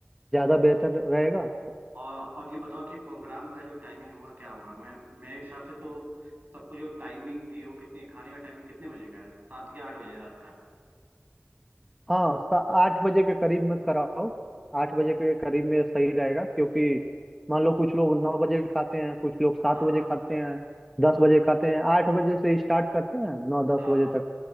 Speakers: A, in the centre; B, on the right.
A: ज्यादा बेहतर रहेगा
B: और और ये बताओ कि प्रोग्राम का जो टाइमिंग होगा क्या होगा मैं मेरे हिसाब से तो सबको जो टाइमिंग दी हो कितनी खाने का टाइमिंग कितने बजे का है सात या आठ बजे है रात का
A: हाँ सा- आठ बजे के करीब में कराओ आठ बजे के करीब में सही रहेगा क्योंकि मान लो कुछ लोग नौ बजे खाते हैं कुछ लोग सात
B: हाँ
A: बजे
B: हाँ
A: खाते हैं दस
B: हाँ
A: बजे खाते हैं आठ बजे से स्टार्ट करते हैं नौ दस
B: हाँ
A: बजे
B: हाँ
A: तक